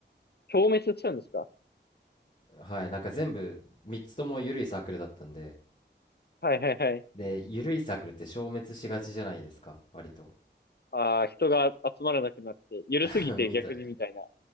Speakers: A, on the left (about 60°); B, on the left (about 40°).
A: 消滅しちゃうんですか
B: はい、なんか全部、3つとも緩いサークルだったんで、
A: はいはいはい。
B: で、緩いサークルって消滅しがちじゃないですか、割と。
A: ああ、人が集まらなくなって、緩すぎて逆にみたいな、
B: <laughs> 見た、
A: そ